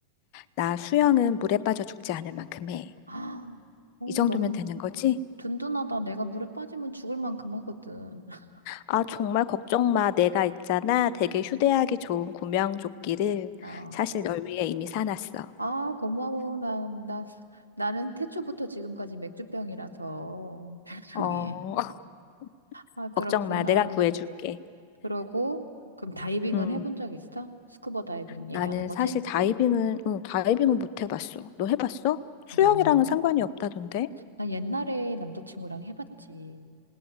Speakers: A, on the left; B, on the right.
A: 나 수영은 물에 빠져 죽지 않을 만큼 해.
B: 아, <gasps> 어,
A: 이 정도면
B: 너무
A: 되는 거지?
B: 든든하다. 내가 물에 빠지면 죽을 만큼 하거든. <laughs>
A: 아, 정말 걱정 마. 내가 있잖아. 되게 휴대하기
B: 음.
A: 좋은 구명조끼를
B: 아,
A: 사실 널 위해 이미 사놨어.
B: 아, 고마워. 난, 나, 나는 태초부터 지금까지 맥주병이라서, <laughs>
A: 어,
B: 별명이.
A: <laughs>
B: 아, 그렇구나.
A: 걱정 마. 아, 내가 구해줄게.
B: 그러고, 그럼 다이빙은
A: 음.
B: 해본 적 있어? 스쿠버 다이빙
A: 나는
B: 얘기하는 거지?
A: 사실 다이빙은, 응, 다이빙은 못 해봤어. 너 해봤어? 수영이랑은
B: 어, 나는,
A: 상관이 없다던데?
B: 나 옛날에 남자친구랑 해봤지.